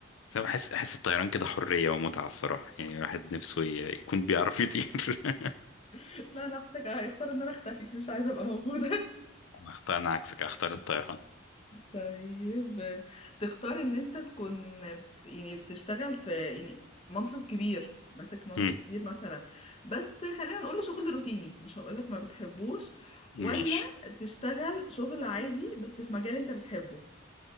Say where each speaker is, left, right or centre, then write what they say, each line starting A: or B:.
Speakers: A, on the left; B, on the left.
A: بس انا بحس احس الطيران كده حريه ومتعه الصراحه يعني الواحد نفسه ي- يكون بيعرف يطير <laughs>
B: <laughs> لا انا هحتاج- هيختار ان انا اختفي مش عايزه ابقى موجوده
A: انا اختار انا عكسك اختار الطيران
B: طيب تختار ان انت تكون بت- يعني بتشتغل في يعني منصب كبير ماسك منصب
A: مم.
B: كبير مثلا بس خلينا نقول شغل روتيني مش هقولك ما بتحبوش ولا
A: ماشي
B: تشتغل شغل عادي بس في مجال انت بتحبه